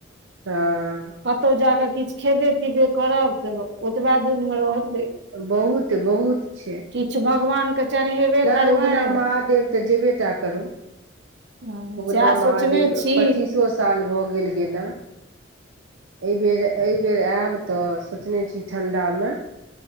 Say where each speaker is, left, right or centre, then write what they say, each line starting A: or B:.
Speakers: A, on the right; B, on the right.
A: तऽ
B: कतहु जा कऽ किछु खेबे पीबे करब तऽ ओतबा दूरमे रहत
A: बहुत बहुत छै
B: किछु भगवानके चढ़ेबे
A: नहि
B: करबनि
A: उगना महादेव तऽ जेबे टा करू
B: हँ
A: उगना
B: सएह सोचने
A: महादेव
B: छी
A: पच्चीसो साल भऽ गेल गेला एहि बेेर एहिबेर आयब तऽ सोचने छी ठंढामे